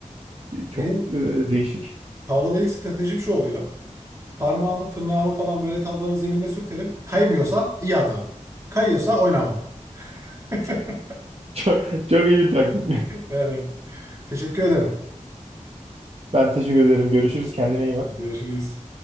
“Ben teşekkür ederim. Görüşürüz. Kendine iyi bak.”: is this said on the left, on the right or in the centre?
Right